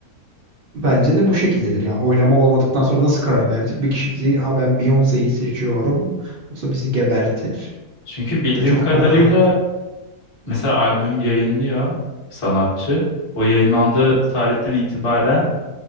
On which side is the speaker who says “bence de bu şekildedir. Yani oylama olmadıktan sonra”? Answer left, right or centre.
Right